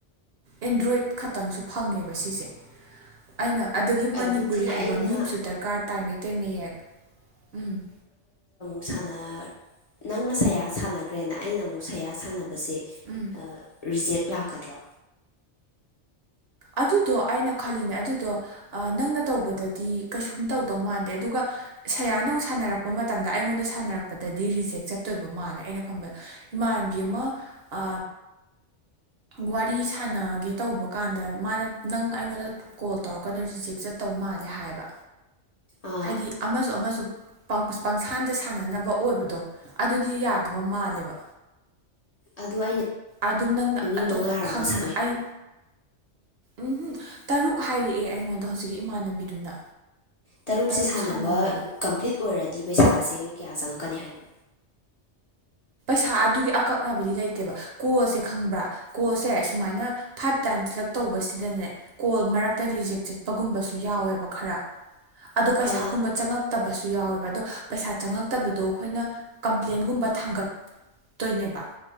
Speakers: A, on the right; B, on the left.
A: ꯑꯦꯟꯗ꯭ꯔꯣꯏꯗ ꯈ ꯇꯪꯁꯨ ꯐꯪꯉꯦꯕ ꯁꯤꯁꯦ ꯑꯩꯅ ꯑꯗꯒꯤ ꯃꯅꯤꯄꯨꯔꯤ
B: ꯑꯗꯨꯗꯤ
A: ꯍꯩꯕ
B: ꯑꯩꯅ
A: ꯃꯤ ꯑꯝꯁꯨ ꯗꯔꯀꯥꯔ ꯇꯥꯏ ꯃꯩꯇꯩ ꯃꯌꯦꯛ ꯎꯝ
B: ꯁꯅꯥ ꯅꯪꯅ ꯁꯌꯥ ꯁꯥꯟꯅꯒ꯭ꯔꯦꯅ ꯑꯩꯅ ꯑꯃꯨꯛ ꯁꯌꯥ ꯁꯥꯟꯅ ꯕꯁꯦ
A: ꯎꯝ
B: ꯔꯤꯖꯦꯛ ꯂꯥꯛꯀꯗ꯭ꯔꯣ
A: ꯑꯗꯨꯗꯣ ꯑꯩꯅ ꯈꯜꯂꯤꯅꯦ ꯑꯗꯨꯗꯣ ꯅꯪꯅ ꯇꯧꯕꯗꯗꯤ ꯀꯩꯁꯨꯝ ꯇꯧꯗꯧ ꯃꯥꯟꯗꯦ ꯑꯗꯨꯒ ꯁꯌꯥ ꯅꯪ ꯁꯥꯟꯅꯔꯛꯄ ꯃꯇꯝꯗ ꯑꯩꯉꯣꯟꯗ ꯁꯥꯟꯅꯔꯛꯄꯗꯗꯤ ꯔꯤꯖꯦꯛ ꯆꯠꯇꯣꯏꯕ ꯃꯥꯜꯂꯦ ꯑꯩꯅ ꯈꯟꯕꯗ ꯏꯃꯥꯟꯕꯤ ꯑꯃ ꯑ ꯋꯥꯔꯤ ꯁꯥꯟꯅꯒꯦ ꯇꯧꯕ ꯀꯥꯟꯗ ꯃꯥꯅ ꯅꯪ ꯑꯩꯉꯣꯟꯗ ꯀꯣꯜ ꯇꯧꯔꯛꯀꯅꯨ ꯔꯤꯖꯦꯛ ꯆꯠꯇꯧ ꯃꯥꯜꯂꯦ ꯍꯥꯏꯌꯦꯕ
B: ꯑꯥ
A: ꯍꯥꯏꯗꯤ ꯑꯃꯁꯨ ꯑꯃꯁꯨ ꯄꯪꯁꯥꯟꯗ ꯁꯥꯟꯅꯅꯕ ꯑꯣꯏꯕꯗꯣ ꯑꯗꯨꯗꯤ ꯌꯥꯗꯕ ꯃꯥꯜꯂꯦꯕ
B: ꯑꯗꯨ ꯑꯩꯅ
A: ꯑꯗꯨꯝ ꯅꯪꯅ
B: ꯃꯤ
A: ꯑꯇꯣꯞꯄ
B: ꯃꯉꯥꯔꯕ
A: ꯈꯪ
B: ꯁꯥꯟꯅꯩ
A: ꯑꯩ ꯎꯝꯍꯨꯝ ꯇꯔꯨꯛ ꯍꯥꯏꯔꯛꯑꯦ ꯑꯩꯉꯣꯟꯗ ꯍꯧꯖꯤꯛꯀꯤ ꯏꯃꯥꯟꯅꯕꯤꯗꯨꯅ
B: ꯇꯔꯨꯛꯁꯦ
A: ꯇꯔꯨꯛ
B: ꯁꯥꯟꯅꯕ
A: ꯁꯥꯟꯅꯧꯋꯣꯅ
B: ꯀꯝꯄ꯭ꯂꯤꯠ ꯑꯣꯏꯔꯗꯤ ꯄꯩꯁꯥꯁꯦ ꯀꯌꯥ ꯆꯪꯉꯛꯀꯅꯤ ꯍꯥꯏꯅꯣ
A: ꯊꯥ ꯑꯗꯨꯒꯤ ꯑꯀꯛꯅꯕꯗꯤ ꯂꯩꯇꯦꯕ ꯀꯣꯜꯁꯦ ꯈꯪꯕ꯭ꯔꯥ ꯀꯣꯜꯁꯦ ꯁꯨꯃꯥꯏꯅ ꯐꯥꯏꯚ ꯇꯥꯏꯝꯂꯛ ꯇꯧꯕꯁꯤꯗꯅꯦ ꯀꯣꯜ ꯃꯔꯛꯇ ꯔꯤꯖꯦꯛ ꯆꯠꯄꯒꯨꯝꯕꯁꯨ ꯌꯥꯎꯋꯦꯕ ꯈꯔ ꯑꯗꯣ ꯄꯩꯁꯥꯒꯨꯝꯕ
B: ꯑꯥ
A: ꯆꯪꯉꯛꯇꯕꯁꯨ ꯌꯥꯎꯋꯦꯕ ꯑꯗꯣ ꯄꯩꯁꯥ ꯆꯪꯉꯛꯇꯕꯗꯣ ꯑꯈꯣꯏꯅ ꯀꯝꯄ꯭ꯂꯦꯟꯒꯨꯝꯕ ꯊꯥꯡꯒꯠ ꯇꯣꯏꯅꯦꯕ